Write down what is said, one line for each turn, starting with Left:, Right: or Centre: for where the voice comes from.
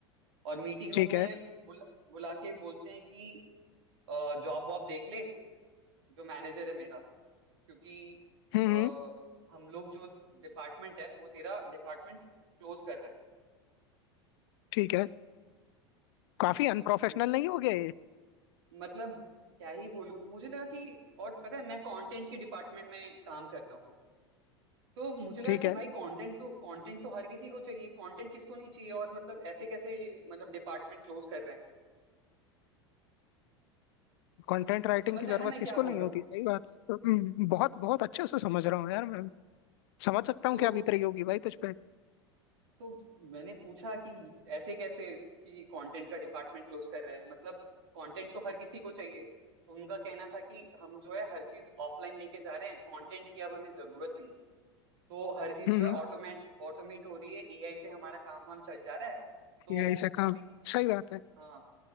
Right: और मीटिंग
Left: ठीक
Right: रूम में
Left: है
Right: बुला, बुला के बोलते हैं कि जॉब वॉब देख ले जो मैनेजर है मेरा क्योंकि
Left: हम्म
Right: अ,
Left: हम्म
Right: हम लोग जो डिपार्टमेंट है वो तेरा डिपार्टमेंट क्लोज कर रहे
Left: ठीक है काफी अनप्रोफेशनल
Right: हैं
Left: नहीं हो गया ये
Right: मतलब क्या ही बोलूं मुझे लगा कि और पता है मैं कंटेंट के डिपार्टमेंट में काम करता हूँ तो मुझे लगा
Left: ठीक
Right: कि
Left: है
Right: भाई कंटेंट तो कंटेंट तो हर किसी को चाहिए कंटेंट किसको नहीं चाहिए और मतलब ऐसे कैसे मतलब डिपार्टमेंट क्लोज कर रहे हैं
Left: कंटेंट राइटिंग
Right: तो समझ
Left: की
Right: रहे
Left: जरूरत
Right: हैं ना मैं
Left: किसको
Right: क्या बोल
Left: नहीं
Right: रहा
Left: होती
Right: हूँ
Left: सही बात है। हम्म, बहुत बहुत अच्छे से समझ रहा हूँ यार मैं समझ सकता हूँ
Right: तो
Left: क्या बीत रही होगी भाई तुझ पे
Right: तो मैंने पूछा कि ऐसे कैसे कि कंटेंट का डिपार्टमेंट क्लोज कर रहे हैं मतलब कंटेंट तो हर किसी को चाहिए तो उनका कहना था कि हम जो है हर चीज ऑफलाइन लेके जा रहे हैं कंटेंट की अब हमें जरूरत नहीं है तो हर चीज
Left: हम्म
Right: जो है
Left: हम्म,
Right: ऑटोमेट ऑटोमेट हो रही है एआई से हमारा काम वाम चल जा रहा है तो
Left: यही से काम
Right: अभी
Left: सही बात है
Right: हाँ